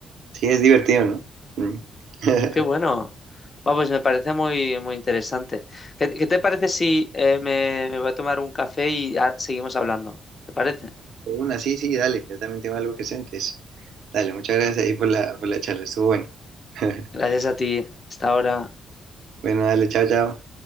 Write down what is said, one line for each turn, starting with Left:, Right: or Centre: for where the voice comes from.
Right: sí es divertido, ¿no? Mm. <laughs>
Left: Qué bueno. Ah, pues me parece muy, muy interesante. ¿Qué, qué te parece si eh, me, me voy a tomar un café y ah, seguimos hablando? ¿Te parece?
Right: De Una, sí, sí, dale, yo también tengo algo que sientes. Dale, muchas gracias ahí por la, por la charla, estuvo bueno. <laughs>
Left: Gracias a ti. Hasta ahora.
Right: Bueno, dale, chao, chao.